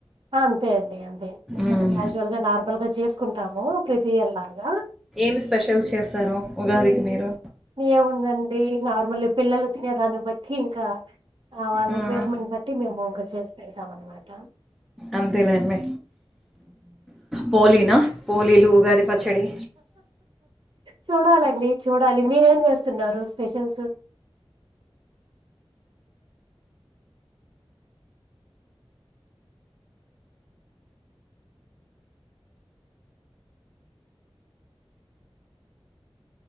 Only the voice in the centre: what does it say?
ఉమ్,
ఎం స్పెషల్స్ చేస్తారు ఉగాదికి మీరు.
ఉమ్,
అంతేలేండి పోలీనా పోలీలు. ఉగాది పచ్చడి.
<inaudible>